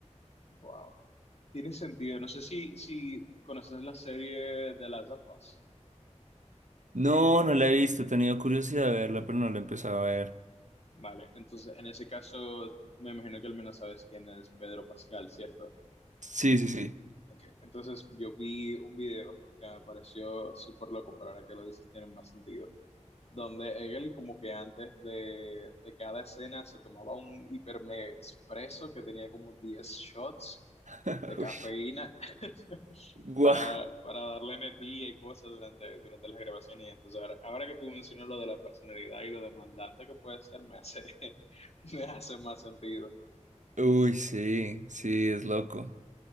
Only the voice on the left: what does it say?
Wow. Tiene sentido. No sé si, si conoces la serie de Last of Us.
Vale. Entonces, en ese caso, me imagino que al menos sabes quién es Pedro Pascal, ¿cierto?
Ok. Entonces, yo vi un video que me pareció súper loco, pero ahora que lo dices, tiene más sentido. donde él como que antes de, de cada escena se tomaba un hipermega expreso que tenía como 10 shots
de cafeína
<laughs>
para, para darle energía y cosas durante, durante las grabaciones. Y entonces ahora, ahora que tú mencionas lo de la personalidad y lo demandante que puede ser, me hace, <laughs> me hace más sentido.